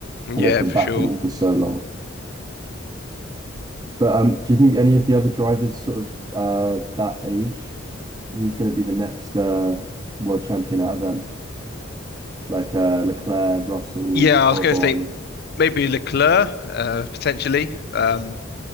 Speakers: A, on the left; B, on the right.
A: Yeah,
B: And they've been
A: for
B: backing
A: sure.
B: him for so long. But um, do you think any of the other drivers sort of uh that age, who's going to be the next uh world champion out of them? Like uh Leclerc, Russell,
A: Yeah,
B: Albon.
A: I was going to think maybe Leclerc uh, potentially. Um,